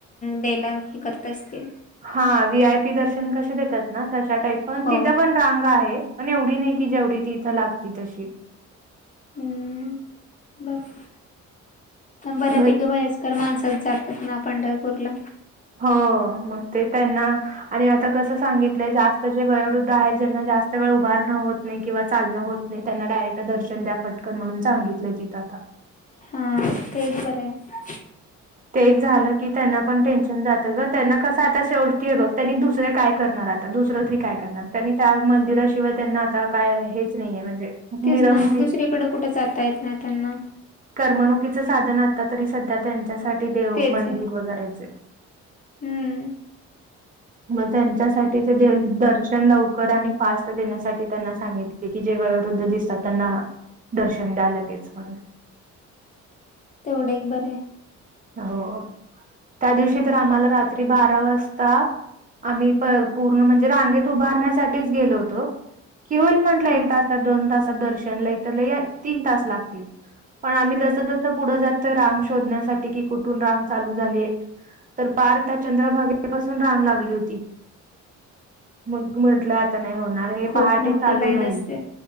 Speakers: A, on the left; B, on the right.
A: डेला हे करत असतील.
B: हा व्ही आय पी दर्शन कसे देतात ना तशा टाईप पण
A: हो
B: तिथं पण रांग आहे. पण एवढी नाही की जेवढी ती इथं लागती तशी.
A: हम्म. बफ बऱ्यापैकी
B: म
A: वयस् कर माणसच जातात ना पंढरपूरला.
B: हो. मग ते त्यांना आणि आता कस सांगितलंय जास्त जे वयोवृद्ध आहेत. ज्यांना जास्त वेळ उभारणं होत नाही किंवा चालणं होत नाही त्यांना डायरेक्ट दर्शन द्या फटकन म्हणून सांगितलंय तिथं आता.
A: हा तेच बरं आहे.
B: ते एक झालं की त्यांना पण टेन्शन जातं ग. त्यांना कसं आता शेवटी हे बघ त्यांनी दुसरे काय करणार- आता दुसरं तरी काय करणार त्यांनी त्या मंदिराशिवाय त्यांना आता काय हेच नाहीये म्हणजे
A: तेच
B: मिरवणुकी
A: ना दुसरीकडे कुठं जाता येत नाही त्यांना.
B: कर्मणुकीचं साधन आता तरी सध्या त्यांच्यासाठी देव
A: तेच
B: मंदिर
A: आहे
B: वगैरेच
A: हम्म.
B: मग त्यांच्यासाठी ते दर्शन लवकर आणि फास्ट देण्यासाठी ते त्यांना सांगितले की जे गयावृद्ध दिसतात त्यांना दर्शन द्यायलागयचं म्हणून
A: तेवढे एक बरे
B: हो त्या दिवशी तर आम्हाला रात्री बारा वाजता आम्ही पूर्ण म्हणजे रांगेत उभारण्यासाठीच गेलो होतो कि होल म्हंटलं एक
A: हा
B: तासात दोन तासात दर्शनला इ तर ल तीन तास लागतील पण आम्ही
A: हम्म
B: जसं जसं पुढं जातोय रांग शोधण्यासाठी की कुठून रांग चालू झालीय तर पार त्या चंद्रभागेपासून रांग लागली होती मग म्हंटलं आता नाही होणार हे
A: खूप
B: पहाटे
A: मोठी
B: चालू
A: लाईन
B: राहील
A: असते